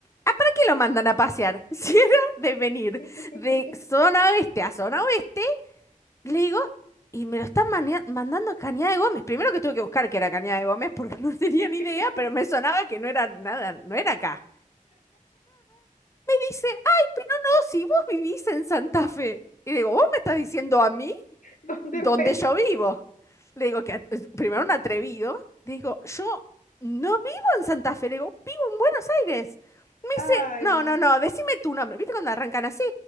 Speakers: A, on the left; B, on the left.
A: ¿a para qué lo mandan a pasear? <laughs> Si era de venir
B: <laughs>
A: de zona oeste a zona oeste. Le digo, y me lo están mania- mandando a Cañada de Gómez. Primero que tuve que buscar que era Cañada de Gómez porque no <laughs> tenía
B: <laughs>
A: ni idea, pero me sonaba que no era nada, no era acá. Me dice, ah, si vos vivís en Santa Fe. Y digo, ¿vos me estás diciendo a mí?
B: ¿Dónde
A: donde
B: voy?
A: yo vivo. Le digo que es primero un atrevido, le digo, yo no vivo en Santa Fe, le digo, vivo en Buenos Aires. Me
B: Ay,
A: dice, no, no, no, decime tu nombre. ¿Viste cuando arrancan así?